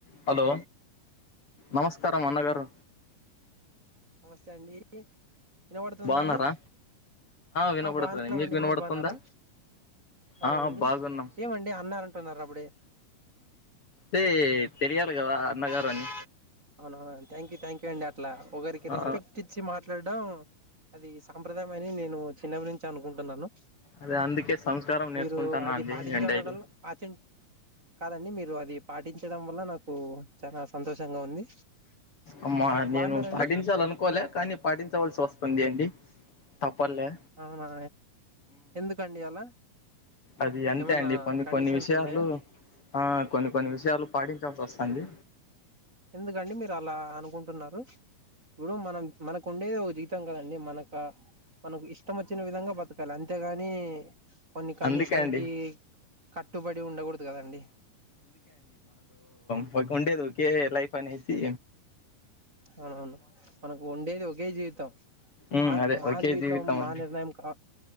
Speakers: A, on the left (about 40°); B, on the right (about 20°).
A: Hello నమస్కారం అన్నగారు.
B: నమస్తే అండి. ఇనబడ్తుందా
A: బాగున్నారా
B: అండి,
A: వినబడుతుంది
B: ఆ బాగున్నామండి
A: మీకు వినబడుతుందా
B: మీరు బాగున్నారా. హాలో
A: ఆ
B: అండి,
A: బాగున్నాం
B: ఏమండి అన్న అంటున్నారు అపుడే.
A: తే తెలియాలీ గదా, అన్నగారు అని.
B: అవునావును అండి థ్యాంక్యూ, థ్యాంక్యూ అండి అట్లా. ఒకరికి
A: ఆ
B: రెస్పెక్ట్ ఇచ్చి మాట్ మాట్లాడడం, అది సాంప్రదాయం అని నేను చిన్నప్పట్ నుంచి అనుకుంటున్నాను.
A: అదే అందుకే సంస్కారం నేర్చుకుంటాన్నా
B: మీరు అది,
A: అండి
B: పాటించమడల్ల
A: నేను డైలీ
B: పాటించ్ కాదండి మీరు అది పాటించడం వల్ల, నాకు చాల సంతోషంగా ఉంది.
A: అమ్మా నేను
B: బాగున్నారండి
A: పాటించాలనుకోలే కానీ పాటించవలసి వస్తుంది అండి తప్పల్లే
B: అవునా ఎందుకండి అలా
A: అది అంతే
B: ఏమన్నా
A: అండి కొన్ని
B: కండిషన్స్
A: కొన్ని విషయాలూ
B: ఉన్నాయా
A: ఆ కొన్ని కొన్ని విషయాలు పాటించాల్సొస్తుంది
B: ఎందుకండి మీర్ అలా అనుకుంటున్నారు ఇప్పుడు మనం మనకు ఉండేదె ఒక జీతం కదండి మనక మనకు ఇష్టం ఒచ్చిన విధంగా బతకాలి అంతేగానీ కొన్ని కండిషన్
A: అందుకే అండి
B: కీ కట్టుబడి ఉండగూడదు గదండి
A: ఒ ఉండేదొకే లైఫ్ అనేేసీ
B: అవునవును మనకు ఉండేది ఒకే జీవితం
A: ఉమ్
B: మా
A: అదే
B: మా
A: ఒకే
B: జీవితం మా
A: అండి
B: నిర్ణయం కా